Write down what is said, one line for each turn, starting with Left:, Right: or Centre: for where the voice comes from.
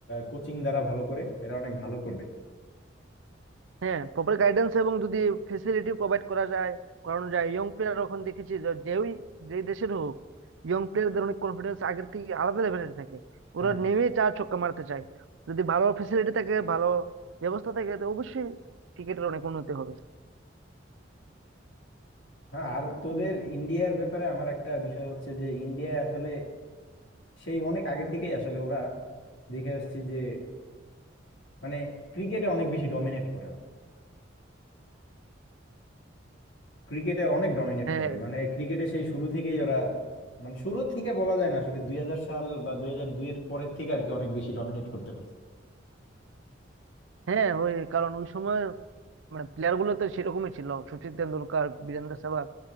Left: কোচিং দ্বারা ভালো করে এরা অনেক ভালো করবে
Right: হ্যাঁ প্রপার গাইডেন্স এবং যদি ফেসিলিটি প্রোভাইড করা যায় করানো যায় ইয়ং প্লেয়ার এখন দেখেছি যে যেই যে দেশের হোক ইয়ং প্লেয়ারদের অনেক কনফিডেন্স আগের থেকে আলাদা লেভেলের থাকে ওরা
Left: হ্যাঁ
Right: নেমে চার ছক্কা মারতে চায় যদি ভালো ফেসিলিটি থাকে ভালো ব্যবস্থা থাকে তো অবশ্যই ক্রিকেটের অনেক উন্নতি হবে
Left: হ্যাঁ আর তোদের ইন্ডিয়ার ব্যাপারে আমার একটা বিষয় হচ্ছে যে ইন্ডিয়ায় আসলে সেই অনেক আগে থেকেই আসলে ওরা দেখে আসছি যে মানে ক্রিকেটে অনেক বেশি ডমিনেট করে ক্রিকেটে অনেক ডমিনেট
Right: হ্যাঁ
Left: করে মানে ক্রিকেটে সেই শুরু থেকেই ওরা মানে শুরু থেকে বলা যায় না আসলে দুই হাজার সাল বা দুই হাজার দুই এর পরের থেকে আর কি অনেক বেশি ডমিনেট করতে পারে
Right: হ্যাঁ ওই কারণ ওই সময় মানে প্লেয়ার গুলো তো সেরকমই ছিল সচিন তেন্ডুলকার বীরেন্দ্র সেহবাগ